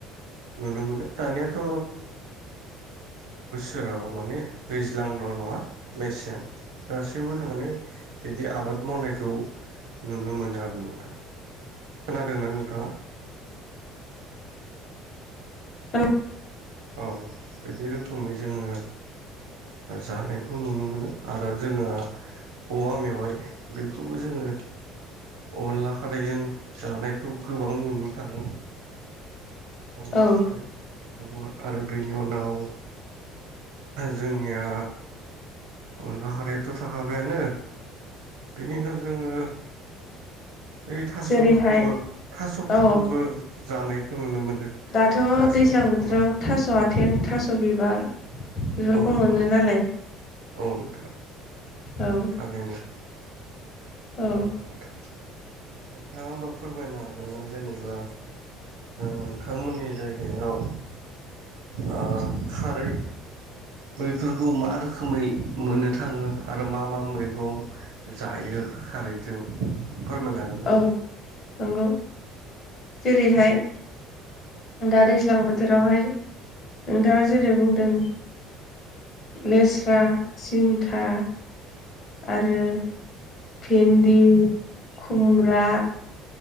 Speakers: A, on the right; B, on the left.
A: नुनो मोनो दानियाथ' जेराव माने दैज्लांल' नङा मेसें गासैयावबो जों माने बिदि आबाद मावनायखौ नुनो मोनो आरो नोंथां। खोनादोंना नोंथाङा?
B: <inaudible> औ
A: औ बिदि रोखोमै जोङो जानायखौ नुनो मोनो आरो जोङो औवा मेवाय बेखौबो जोङो अनला खारै जों जानायखौ गोबां नुनो थाङो अनला
B: औ
A: खारै बेखौबो आरो बेनि उनाव जोंनिया अनला खारैयाथ' थाखाबायानो बेनि उनाव जोङो बे थास'फोरखौबो
B: जेरैहाय
A: थास'फोरखौबो
B: औ
A: जानायखौ नुनो मोनो।
B: दाथ'
A: थास'
B: दैज्लां बोथोराव
A: अ
B: थास'आ आथें थास' बिबार बेफोरखौ
A: औ नंगौ
B: मोनो
A: नोंथां
B: नालाय।
A: औ नोंथां
B: औ
A: <inaudible>
B: औ
A: नंगौ नोंथां नोंथाङा फोरमायनो हागोन ना जेनेबा नोंथांमोननि जायगायाव आ खारै बैफोरखौ मा रोखोमै मोननो थाङो आरो मा मा मैगं जायो। खारैजों फोरमायनो हागोन ना
B: औ नंगौ जेरैहाय दा दैज्लां बोथोरावहाय नोंथाङा जेरै बुंदों। लेस्रा जिंका आरो भेन्दि खुमब्रा